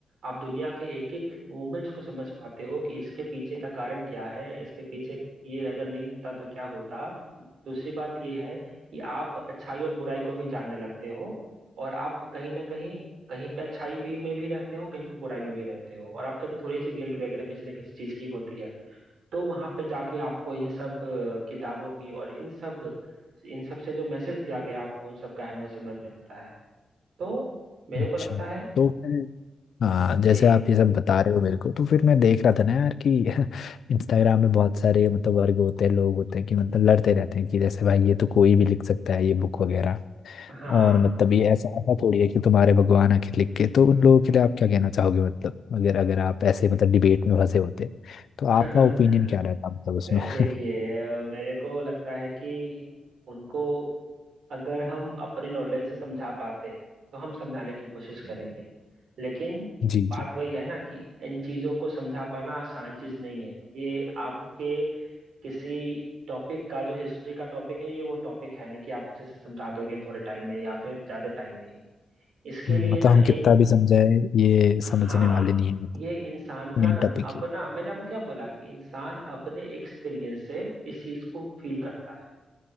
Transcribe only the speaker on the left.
अच्छा
तो फिर हाँ जैसे
आप ये सब बता रहे हो मेरे को तो फिर मैं देख रहा था ना यार कि <laughs> इंस्टाग्राम में बहुत सारे मतलब वर्ग होते हैं लोग होते हैं कि मतलब लड़ते रहते हैं कि जैसे भाई ये तो कोई भी लिख सकता है ये बुक वगैरह
और मतलब ये ऐसा ऐसा थोड़ी है कि तुम्हारे भगवान आके लिख के तो उन लोगों के लिए आप क्या कहना चाहोगे मतलब अगर अगर आप ऐसे मतलब डिबेट में फंसे होते तो
आपका ओपिनियन क्या रहता मतलब उसमें
<laughs>
जी
जी
हम्म,
मतलब
हम
कितना भी समझाए ये समझने
वाले नहीं है मतलब
मेन
टॉपिक
ये